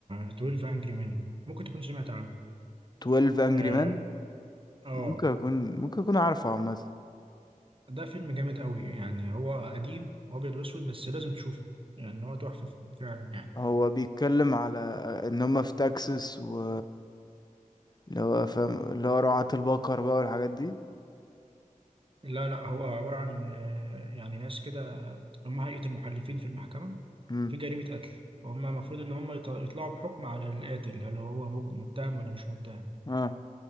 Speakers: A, on the right; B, on the left.
A: 12 Angry Men ممكن تكون سمعت عنه
B: 12 انجري
A: آه,
B: مان
A: آه
B: ممكن اكون ممكن اكون عارفه عامة
A: ده فيلم جامد قوي يعني هو قديم وأبيض وأسود بس لازم تشوفه يعني هو تحفة ف- فعلا يعني
B: هو بيتكلم على ان هم في تكساس و اللي هو فاهم اللي هو رعاة البقر بقى والحاجات دي
A: لا لا هو عبارة عن آه، يعني ناس كده هم هيئة المحلفين في المحكمة
B: امم
A: في جريمة قتل فهم المفروض إن هم يط- يطلعوا بحكم على القاتل هل هو مج- متهم ولا مش متهم
B: اه